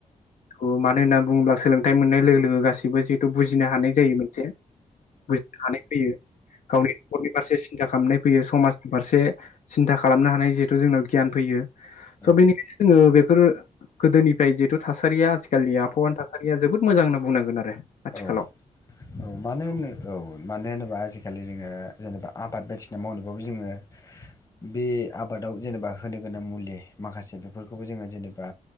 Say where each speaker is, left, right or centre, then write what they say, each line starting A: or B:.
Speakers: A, on the left; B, on the left.
A: औ मान होनना बुङोब्ला सोलोंथाइ मोननाय लोगो लोगो गासिबो जि बुजिनो हानाय जायो मोनसे बुजिनो हानाय फैयो गावनि न'खरनि फारसे सिनथा खालामनाय फैयो समाजनि फारसे सिनथा खालामनो हानाय जिहेथु जोंनाव गियान फैयो थ'
B: औ
A: बेनिखायनो जोङो बेब बेफोर गोदोनिफ्राय जिहेतु थासारिया आथिखालनि आबहावानि थासारिया जोबोद मोजां होनना बुंनांगोन आरो आथिखालाव
B: औ औ मानो होननो औ मानो होनोबा आजि आजिखालि जोङो जेनेबा आबाद बायदिसिना मावनोबाबो जोङो बे आफादाव होनो गोनां मुलि माख से बेफोरखौबो जोंङो जेनेबा